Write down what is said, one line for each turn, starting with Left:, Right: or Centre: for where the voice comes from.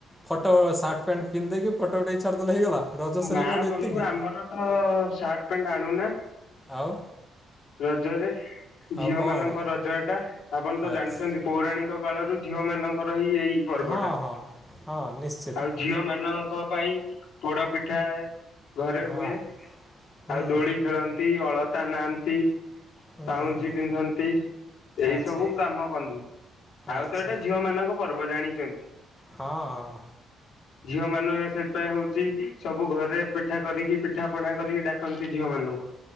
Centre: ଫଟୋ ସାର୍ଟ ପ୍ୟାଣ୍ଟ ପିନ୍ଧଦେଇକି ଫଟୋଟେ ଛାଡ଼ିଦେଲେ ହେଇଗଲା। ରଜ ସେଲିବ୍ରିଟି
Left: ନା ବନ୍ଧୁ
Centre: ଏତିକି?
Left: ଆମର ତ ଶାର୍ଟ ପ୍ୟାଣ୍ଟ ଆଣୁନା
Centre: ଆଉ
Left: ରଜରେ ଝିଅ
Centre: ଆଉ କଣ
Left: ମାନଙ୍କ
Centre: ଆଣ?
Left: ରଜ ଏଟା ଆପଣ ତ
Centre: ଆଚ୍ଛା
Left: ଜାଣିଛନ୍ତି। ପୌରାଣିକ କାଳରୁ ଝିଅ ମାନଙ୍କର ହିଁ ଏଇ ଏଇ ପର୍ବ
Centre: ହଁ
Left: ଟା
Centre: ହଁ ହଁ ନିଶ୍ଚିତ।
Left: ଆଉ ଝିଅ ମାନଙ୍କ ପାଇଁ ପୋଡ ପିଠା ଘରେ
Centre: ହଁ
Left: ହୁଏ
Centre: ହୁଁ
Left: ଆଉ ଦୋଳି ଖେଳନ୍ତି ଅଳ ଟା ନାନ୍ତି
Centre: ହୁଁ
Left: ପାଉଁଜି
Centre: ହୁଁ
Left: ପିନ୍ଧନ୍ତି ଏଇ
Centre: ଆଚ୍ଛା
Left: ସବୁ କାମ ବନ୍ଧୁ। ଆଉ
Centre: ଆଚ୍ଛା
Left: ତ ଏଇଟା ଝିଅ ମାନଙ୍କ ପର୍ବ ଜାଣିଛନ୍ତି।
Centre: ହଁ ହଁ
Left: ଝିଅ ମାନ ସେଥିପାଇଁ ହଉଛି ସବୁ ଘରେ ପିଠା କରିକି ପି ପିଠାପଣା କରିକି ଡାକନ୍ତି ଝିଅ ମାନଙ୍କୁ।